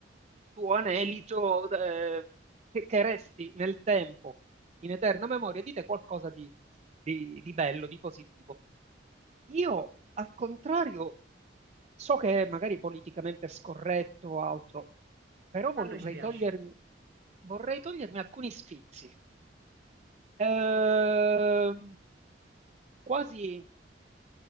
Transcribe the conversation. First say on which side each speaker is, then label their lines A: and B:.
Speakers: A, on the right; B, on the right.
A: tuo anelito eh, che, che resti nel tempo, in eterna memoria di te qualcosa di, di- di bello, di positivo. Io, al contrario, so che è magari politicamente scorretto o altro, però vorrei
B: Ma a noi ci piace.
A: togliermi, vorrei togliermi alcuni sfizi. Ehm, quasi.